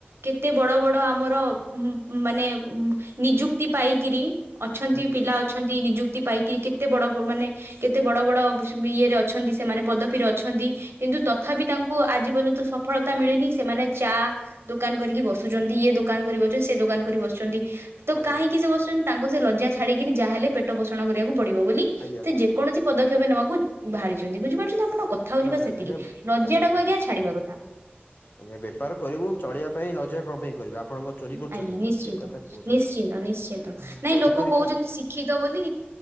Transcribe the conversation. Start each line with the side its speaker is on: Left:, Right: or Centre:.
Right: କେତେ ବଡ ବଡ ଆମର ଉ ମାନେ ନିଯୁକ୍ତି ପାଇକିରି ଅଛନ୍ତି
Left: ଆଜ୍ଞା
Right: ପିଲା ଅ ଅଛନ୍ତି ନିଯୁକ୍ତି ପାଇକି କେତେ ବଡ ମାନେ କେତେ ବଡ ବଡ ଇଏରେ ଅଛନ୍ତି ସେମାନେ ପଦପିରେ ଅଛନ୍ତି କିନ୍ତୁ ତଥାପି ତାଂ କୁ ଆଜି ପର୍ଯ୍ୟନ୍ତ ସଫଳତା ମିଳିନି ସେମାନେ ଚା ଦୋକାନ୍ କରିକି ବସୁଚନ୍ତି ଇଏ ଦୋକାନ୍ କରିକି ବ ରେ ସେ ଦୋକାନ୍ କରି ବସୁଚନ୍ତି
Left: ଆଜ୍ଞା
Right: ତ କାହିଁକି ସେ ବସୁଚନ୍ ତାଙ୍କୁ ସେ ଲଜ୍ଜା ଛାଡ଼ିକିରି ଯାହେଲେ ପେଟ ପୋଷଣ କରିବାକୁ ପଡିବ ବୋଲି
Left: ଆଜ୍ଞା
Right: ସେ ଯେକୌଣସି ପଦକ୍ଷେପ ନବାକୁ ବାହାରିଛନ୍ତି ବୁଝିପାରୁଛନ୍ତି ଆପଣ କଥା ହୋଉଯିବା
Left: ନା
Right: ସେତିକି
Left: ଆଜ୍ଞା
Right: ଲଜ୍ଜା ଟାକୁ
Left: ମୁଁ ବୁଝୁ
Right: ଆଜ୍ଞା ଛାଡ଼ିବା କଥା।
Left: ଆଜ୍ଞା ବେପାର କରିବୁ ଚଳିବା ପାଇଁ ଲଜା କଁ ପାଇଁ କରିବୁ ଆ ଆପଣଙ୍କ ଚୋରି କରୁଚନ୍ତି
Right: ଆଜ୍ଞା
Left: କି
Right: ନିଶ୍ଚିନ୍ତ।
Left: ଠିକ୍ କଥା କୋଉଚନ୍ତି
Right: ନିଶ୍ଚିନ୍ତ ନିଶ୍ଚିନ୍ତ ନାଇଁ
Left: ଚୋରି
Right: ଲୋକ
Left: କରି
Right: କହୁଛନ୍ତି
Left: ଖାଏ
Right: ଶିକ୍ଷିତ ବୋଲି